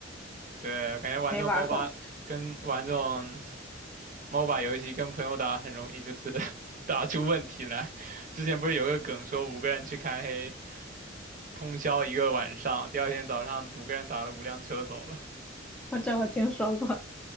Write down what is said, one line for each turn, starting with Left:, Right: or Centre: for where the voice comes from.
Right: 对，感觉玩这种
Centre: 没玩儿过，
Right: MOBA 跟玩这种 MOBA 游戏跟朋友打很容易就是 <laughs> 打出问题来。之前不是有个梗说五个人去开黑。通宵一个晚上，第二天早上五个人打了五辆车走了。<laughs>
Centre: 我这我听说过，